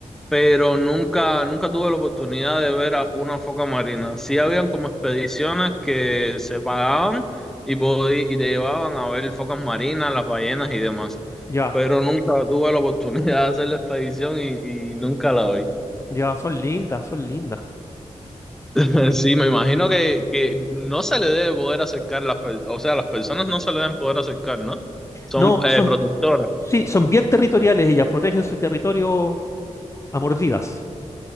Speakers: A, in the centre; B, on the left (about 20°).
A: pero nunca, nunca tuve la oportunidad de ver a una foca marina. Sí habían como expediciones que se pagaban y, podí- y te llevaban a ver focas marinas, las ballenas y demás,
B: Ya,
A: pero nunca tuve la oportunidad de hacer la expedición y, y nunca la vi.
B: ya, son lindas, son lindas.
A: <laughs> Sí, me imagino
B: Sí.
A: que, que no se le debe poder acercar las per- o sea, las personas no se le deben poder acercar, ¿no? Son
B: No,
A: eh,
B: son,
A: protectoras.
B: sí, son bien territoriales ellas, protegen su territorio a mordidas.